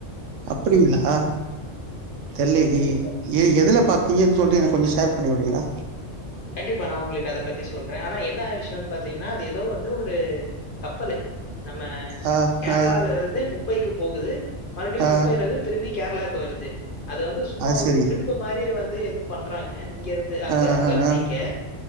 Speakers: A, on the right; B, on the left.
A: அப்படிங்களா
B: ஆமா
A: தெரிலயே
B: எனக்கு தெரியல.
A: எ எதுல பாத்தீங்கன்னு சொல்லிட்டு எனக்கு கொஞ்சோ சேர்ப் பண்ணிவுடரீகளா
B: கண்டிப்பா நா உங்களுக்கு அத பத்தி சொல்றே ஆனா என்னா விஷயம்ன்னு பாத்தீங்கன்னா அது ஏதோ வந்து ஒரு கப்பலு நம்ம
A: ஆ
B: கேரளால
A: ஆ
B: இருந்து மும்பைக்கு போகுது மறுபடியு
A: ஆ
B: மும்பையில இருந்து திரும்பி கேரளாக்கு வருது அது வந்து சும்மா
A: அது
B: ஒரு
A: செரி
B: ட்ரிப் மாரி வந் ஏது ஏதோ பண்றாங்க இங்க இருந்து அங்க
A: ஆ
B: அங்கருந்து
A: ஆ ஆ
B: இங் கே